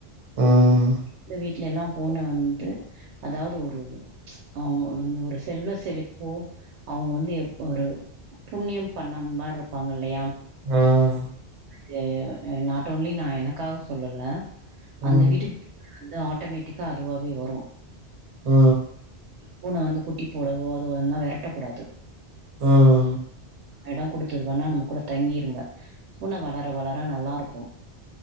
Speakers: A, on the right; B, on the right.
A: ம்
B: இந்த வீட்ல எல்லா பூன வந்து அதாவ்து ஒரு அ ஒன்னொரு செல்வ செழிப்போ அவ்ங் வந்து எப் ஒரு புண்ணியம் பண்ணம் மார் ருப்பாங்களையாம்
A: ம்
B: தே எ நாட் ஒன்லி நா எனக்காவ் சொல்லல
A: ம்
B: அந்த வீட்டுக்குப் அந்து ஆட்டோமேட்டிக்கா அதுவாவே வறு
A: ஆ
B: பூன வந்து குட்டி போடவோ அது வந்நா வெரட்ட கூடாது
A: ம்
B: எடோ குடுத்ததுக்கு வேணா நா கூட தங்கிருங்க பூன வளர வளர நல்லா இருக்கு